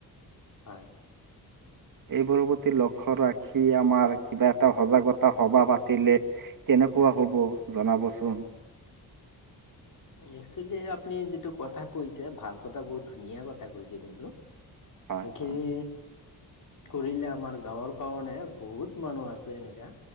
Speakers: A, on the left (about 50°); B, on the right (about 55°).
A: হয়
B: এইবোৰৰ প্ৰতি লক্ষ্য ৰাখি আমাৰ কিবা এটা সজাগতা সভা পাতিলে কেনেকুৱা হ'ব জনাবচোন
A: একচুৱেলি আপুনি যিটো কথা কৈছে ভাল কথা বহুত ধুনীয়া কথা কৈছে কিন্তু
B: হয়
A: এইখিনি
B: হয়
A: কৰিলে আমাৰ গাঁৱৰ কাৰণে বহুত মানুহ আছে এনেকা